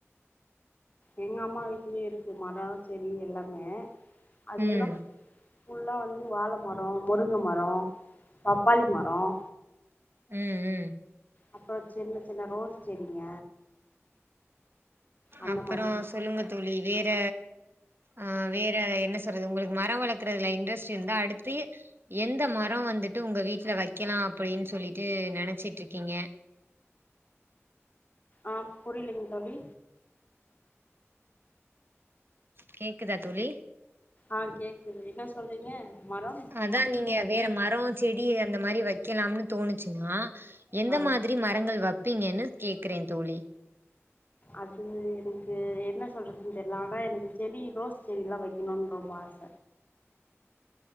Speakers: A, on the left (about 35°); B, on the right (about 50°).
A: எங்க அம்மா வீட்டுலயே இருக்கு மரம் செடி எல்லாமே அது
B: ம்
A: எல்லாம் ஃபுல்லா வந் வாழமரம் முருங்க மரம் மரம் பப்பாளி மரம்
B: உம் உம்
A: அப்புறோ சின்ன சின்ன ரோஸ் செரிங்க அந்த
B: அப்பறோ
A: மாரி
B: சொல்லுங்க தோழி வேற ஆஹ் வேற என்ன சொல்றது உங்ளுக்கு மரம் வளக்கறதுல இன்ட்ரெஸ்ட் இருந்தா அடுத்து எந்த மரம் வந்துட்டு உங்க வீட்ல வைக்கலாம் அப்டின்னு சொல்லிட்டு நினச்சிட்ருக்கீங்க
A: ஆஹ் புரியலீங்க தோழி
B: கேக்குதா தோழி
A: ஆஹ் கேக்குது என்ன சொல்றீங்க மரம்
B: அதான் நீங்க வேற மரோ செடி அந்த மாரி வைக்கலாம்னு தோணுச்சுனா எந்த
A: ஆ
B: மாதிரி மரங்கள் வப் பீங்கன்னு கேக்குறேன் தோழி
A: அது எனக்கு என்ன சொல்றதுன்னு தெர்ல ஆனா எனக்கு செடி ரோஸ் செடி எல்லாம் வைக்கணும்னு ரொம்ப ஆச